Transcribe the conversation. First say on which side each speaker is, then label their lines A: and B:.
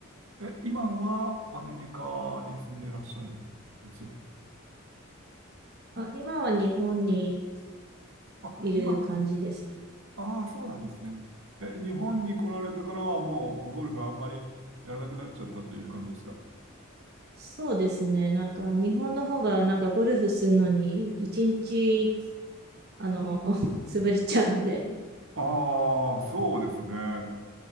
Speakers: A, on the right; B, on the right.
A: え、今はアメリカに住んでいらっしゃるんです
B: あ、今は日本に
A: あ、
B: いる感じですね。
A: 今は、ああ、そうなんですね。え、日本に来られてからはもうゴルフあんまりやらなくなっちゃったという感じですか
B: そうですね。なんか、日本の方が、なんか、ゴルフするのに、一日、あの、<laughs> 潰れちゃうので、
A: ああ、そうですね。はい、